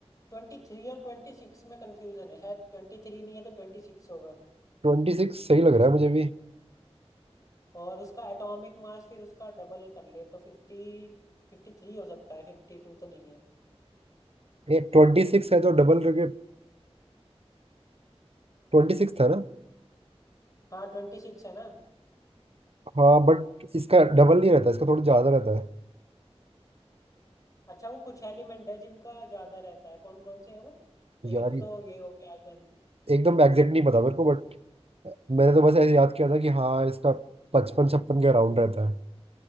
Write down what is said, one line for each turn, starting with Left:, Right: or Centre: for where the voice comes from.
Left: ट्वेंटी थ्री और ट्वेंटी सिक्स में कंफ्यूजन है शायद ट्वेंटी थ्री नहीं है तो ट्वेंटी सिक्स होगा
Right: ट्वेंटी सिक्स सही लग रहा है मुझे भी
Left: और उसका एटॉमिक मास फिर उसका डबल कर ले तो फिफ्टी फिफ्टी थ्री हो सकता है फिफ्टी टू तो नहीं है
Right: ये ट्वेंटी सिक्स है तो डबल करके ट्वेंटी सिक्स था ना
Left: हाँ ट्वेंटी सिक्स है ना
Right: हाँ बट इसका डबल नहीं रहता इसका थोड़ा ज़्यादा रहता है
Left: अच्छा वो कुछ एलिमेंट है जिनका ज्यादा रहता है कौन कौन से हैं वो
Right: यार
Left: एक
Right: ये-
Left: तो ये हो गया आयरन
Right: एकदम एग्जैक्ट नहीं पता मेरे को बट मैंने तो बस ऐसे याद किया था कि हाँ इसका पचपन छप्पन के अराउंड रहता है